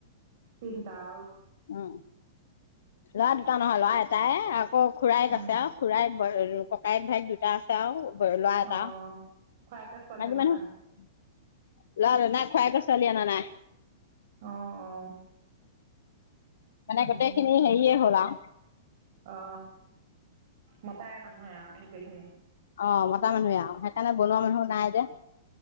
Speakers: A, on the right; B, on the left.
A: তিনটা আঅ
B: উম! ল'ৰা দুটা নহয় ল'ৰা এটাই আকৌ খুৰাইক
A: অ
B: আছে আৰু খুৰাই ককায়ে-ভাইক দুটা আছে আৰু। ল'ৰা এটা,
A: অ খুৰাকে ছোৱালীয়ে
B: মাইকী
A: নে
B: মানুহ
A: নাই
B: ল'ৰা নাই খোৱাই ক ছোৱালী অনা নাই
A: অ অ
B: মানে
A: উম
B: গোটেই খিনি হেয়ে হ'ল আঅ
A: অ মতাই মানুহে আৰু গোটেইখিনি
B: অ মতা মানুহে আৰু সেইকাৰণে বনোৱা মানুহ নাই যে